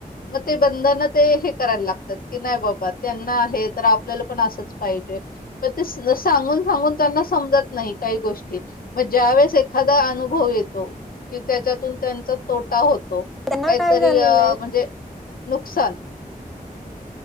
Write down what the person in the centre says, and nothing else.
त्यांना
काय झालेलं
आहे